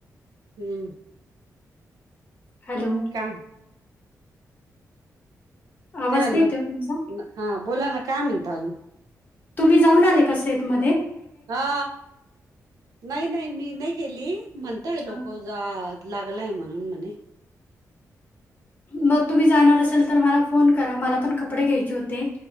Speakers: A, on the right (about 80°); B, on the left (about 30°).
A: हम्
B: हॅलो
A: का
B: आवाज
A: त्यांनला,
B: नाही येत आहे हो तुमचा
A: हा बोला ना काय म्हणता अजून?
B: तुम्ही जाऊन आले का सेब मध्ये?
A: हा नाही नाही मी नाही गेली म्हणतय लोक
B: हा.
A: जा लागल आहे म्हणून म्हणे.
B: मग तुम्ही जाणार असेल तर मला फोन करा मला पण कपडे घ्यायचे होते.